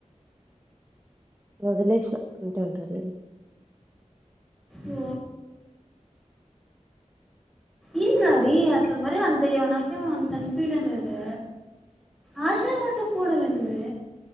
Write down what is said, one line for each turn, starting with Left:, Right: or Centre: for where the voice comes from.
Right: వదిలేసిన అంటే ఉంటారుడి
Centre: ఓ ఎం దారీ అట్ల మరి అంత యన నాకు అంతా ఏమి అనిపీయ్యాడమ్ లేదు ఆ చీర కట్టుకుపోవడం ఎందిమే